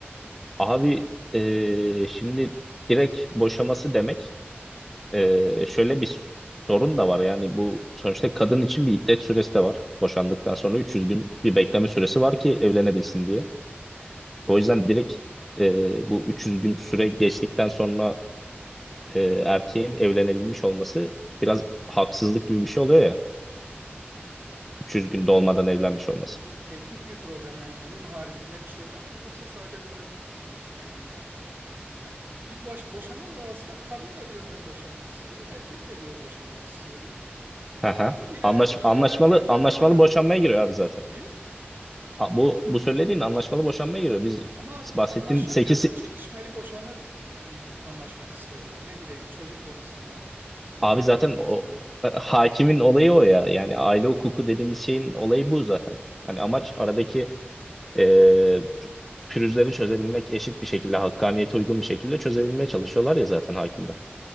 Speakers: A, in the centre; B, on the right.
A: Abi e, şimdi direkt boşaması demek e, şöyle bir sorun da var. Yani bu sonuçta kadın için bir iddet süresi de var. Boşandıktan sonra 300 gün bir bekleme süresi var ki evlenebilsin diye. O yüzden direkt e, bu 300 gün süre geçtikten sonra e, erkeğin evlenebilmiş olması biraz haksızlık gibi bir şey oluyor ya. 300 gün dolmadan evlenmiş olması.
B: Yani bu teknik bir problem. Yani bunun haricinde bir şey var mı? Yoksa sadece böyle yani ya bir boş boşama davasında kadın da diyor ben boşanmak istiyorum, erkek de diyor boşanmak istiyorum. Ama
A: Aha.
B: habire
A: Anlaş,
B: devlet
A: anlaşmalı
B: diyor
A: anlaşmalı
B: ben kara
A: boşanmaya giriyor abi zaten.
B: ne?
A: A- Bu bu söylediğin anlaşmalı boşanmaya giriyor. Biz,
B: Ama
A: biz bahsettiğin
B: anlaşamıyorlar.
A: 8
B: Çekişmeli boşanıp yani anlaşmak istiyorlar. Ne bileyim çocuk konusunda, nafaka
A: abi zaten
B: konusunda.
A: o e, hakimin olayı o ya. Yani aile hukuku dediğimiz şeyin olayı bu zaten. Hani amaç aradaki e, pürüzleri çözebilmek, eşit bir şekilde hakkaniyete uygun bir şekilde çözebilmeye çalışıyorlar ya zaten hakimler.